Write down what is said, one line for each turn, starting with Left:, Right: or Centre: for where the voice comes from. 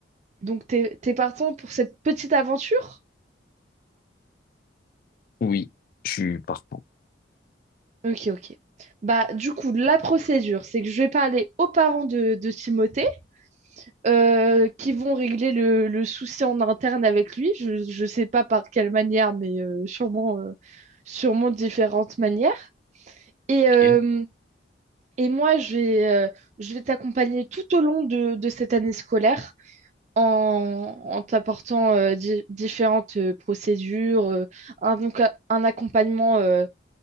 Right: Donc, t'es, t'es partant pour cette petite aventure?
Left: Oui, je suis partant.
Right: Ok, ok. Bah, du coup, la procédure, c'est que je vais parler aux parents de, de Timothée euh, qui vont régler le, le souci en interne avec lui. Je ne sais pas par quelle manière, mais euh, sûrement, euh, sûrement différentes manières. Et, euh,
Left: Ok,
Right: et moi, je vais, euh, je vais t'accompagner tout au long de, de cette année scolaire en, en t'apportant euh, di- différentes euh, procédures, euh, un, donc, un accompagnement euh,